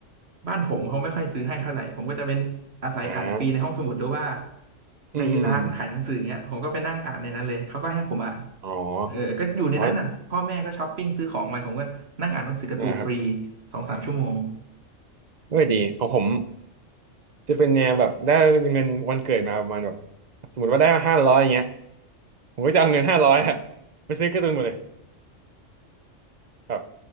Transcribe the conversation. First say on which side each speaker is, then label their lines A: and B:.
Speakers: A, on the right; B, on the right.
A: บ้านผมเขาไม่ค่อยซื้อให้เท่าไหร่ผมก็จะเป็นอาศัยอ่านฟรีในห้องสมุดหรือว่า
B: อ่าอืมอืมอืม
A: ในร้านขายหนังสือเงี้ยผมก็ไปนั่งอ่านในนั้นเลยเขาก็ให้ผมอ่าน
B: อ๋อ
A: เออก็อยู่ในนั้นน่ะพ่อแม่ก็ช้อปปิ้งซื้อของไปผมก็นั่งอ่านหนังสือการ์ตูนฟรี
B: อ๋อเนี่ยครับ
A: สองสามชั่วโมง
B: เออดีของผมจะเป็นแนวแบบได้เงินวันเกิดมาประมาณแบบสมมติว่าได้ห้าร้อยอย่างเงี้ยผมก็จะเอาเงินห้าร้อยอะไปซื้อการ์ตูนหมดเลยแบบ